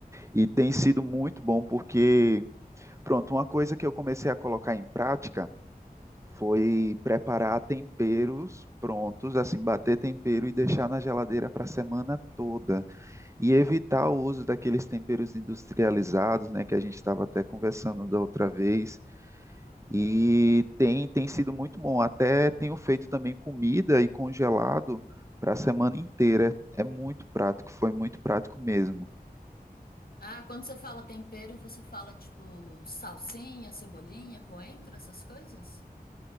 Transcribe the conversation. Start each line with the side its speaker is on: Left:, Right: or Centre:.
Right: E tem sido muito bom porque Pronto, uma coisa que eu comecei a colocar em prática foi preparar temperos prontos, assim, bater tempero e deixar na geladeira para a semana toda. E evitar o uso daqueles temperos industrializados, né, que a gente estava até conversando da outra vez. E tem, tem sido muito bom. Até tenho feito também comida e congelado para a semana inteira. É muito prático, foi muito prático mesmo.
Left: Ah, quando você fala tempero, você fala tipo salsinha, cebolinha, coentro, essas coisas?